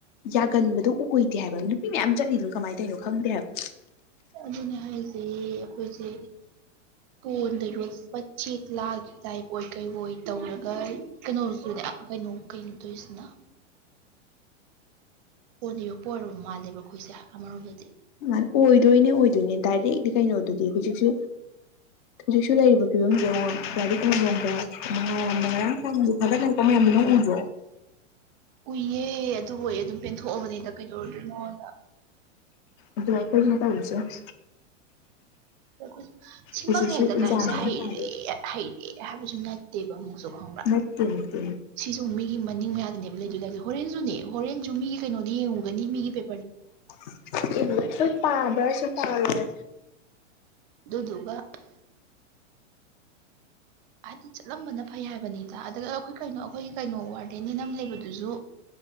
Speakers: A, on the left; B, on the right.
A: ꯌꯥꯒꯟꯕꯗꯣ ꯎ ꯑꯣꯏꯗꯦ ꯍꯥꯏꯕ ꯅꯨꯄꯤ ꯃꯌꯥꯝ ꯆꯠꯂꯤꯗꯨꯅ ꯀꯃꯥꯏ ꯇꯩꯅꯣ ꯈꯪꯗꯦ ꯍꯥꯏꯕ
B: ꯑꯗꯨꯅꯦ ꯍꯥꯏꯖꯦ ꯑꯈꯣꯏꯖꯦ ꯄꯣꯟꯗ ꯌꯣꯠꯄ ꯆꯦꯛꯂꯥꯒꯤ ꯇꯥꯏꯞ ꯑꯣꯏ ꯀꯩ ꯑꯣꯏ ꯇꯧꯔꯒ ꯀꯩꯅꯣ <unintelligible> ꯀꯩꯅꯣ ꯀꯩꯅꯣ ꯇꯧꯏꯁꯤꯅ ꯄꯣꯟꯗ ꯌꯣꯛꯄ ꯑꯣꯏꯔꯕ ꯃꯥꯜꯂꯦꯕ ꯑꯩꯈꯣꯏꯁꯦ ꯑꯃꯔꯣꯝꯗꯗꯤ
A: ꯃꯥꯟ ꯑꯣꯏꯗꯣꯏꯅꯦ ꯑꯣꯏꯗꯣꯏꯅꯦ ꯗꯥꯏꯔꯦꯛꯅꯤ ꯀꯩꯅꯣꯗꯨꯗꯤ ꯍꯧꯖꯤꯛꯁꯨ ꯍꯧꯖꯤꯛꯁꯨ ꯂꯩꯔꯤꯕ ꯐꯤꯕꯝꯖꯦ ꯌꯦꯡꯉꯣ ꯂꯥꯔꯤꯛ ꯑꯃꯃꯝꯒꯥ ꯃꯍꯥꯔꯝꯗ ꯉꯔꯥꯡ ꯐꯣꯟꯗ ꯊꯥꯒꯠꯅꯔꯛꯄ ꯃꯌꯥꯝꯗꯨ ꯅꯪ ꯎꯗ꯭ꯔꯣ
B: ꯎꯨꯏꯌꯦ ꯑꯗꯨꯕꯨ ꯑꯦ ꯑꯗꯨꯝ ꯄꯦꯟꯊꯣꯛꯑꯕꯅꯤꯗ ꯀꯩꯗꯧꯔꯨꯗꯣꯏꯅꯣꯗ
A: ꯑꯗꯨ ꯑꯩꯈꯣꯏꯖꯨ ꯃꯊꯪꯗꯤ ꯆꯠ
B: <unintelligible> ꯁꯤꯃꯛꯅꯦ
A: ꯍꯧꯖꯤꯛꯁꯨ
B: ꯍꯦꯛꯇ
A: ꯑꯦꯛꯖꯥꯝꯅꯦ
B: ꯂꯥꯏꯔꯤꯛꯁꯦ ꯍꯩꯔꯦ
A: ꯊꯥꯗꯣꯏꯁꯦ
B: ꯍꯩꯔꯦ ꯍꯥꯏꯕꯁꯨ ꯅꯠ ꯇꯦꯕ ꯑꯃꯨꯛꯁꯨ ꯈꯪꯕꯔꯥ
A: ꯅꯠꯇꯦ ꯅꯠꯇꯦ
B: ꯁꯤꯖꯨ ꯃꯤꯒꯤ ꯃꯅꯤꯡ ꯃꯌꯥꯗꯅꯦꯕ ꯂꯩꯗꯨꯖꯦ ꯍꯥꯌꯖꯦ ꯍꯣꯔꯦꯟꯖꯨꯅꯦ ꯍꯣꯔꯦꯟꯖꯨ ꯃꯤꯒꯤ ꯀꯩꯅꯣꯗ ꯌꯦꯡꯉꯨꯒꯅꯤ ꯃꯤꯒꯤ ꯄꯦ
A: <unintelligible> ꯏꯟꯉꯁꯨ ꯄꯥꯕ꯭ꯔꯁꯨ ꯄꯥꯔꯣꯏ
B: ꯗꯨꯗꯨꯒ ꯍꯥꯏꯗꯤ ꯆꯠꯂꯝꯕꯅ ꯐꯩ ꯍꯥꯏꯕꯅꯤꯗ ꯑꯗꯒ ꯑꯩꯈꯣꯏ ꯀꯩꯅꯣ ꯑꯩꯈꯣꯏꯒꯤ ꯀꯩꯅꯣ ꯋꯥꯔꯗꯦꯟꯅꯦꯅ ꯑꯃ ꯂꯩꯕꯗꯨꯖꯨ